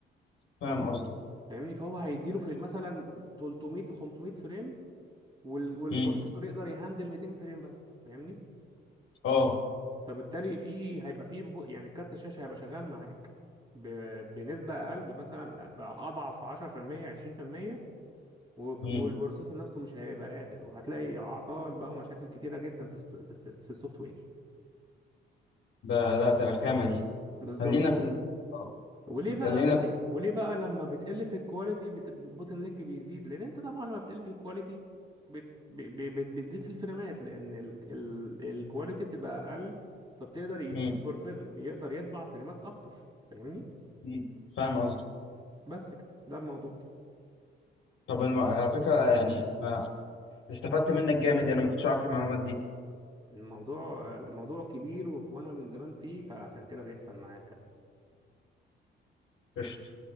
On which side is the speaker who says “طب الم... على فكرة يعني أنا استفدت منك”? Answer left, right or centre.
Left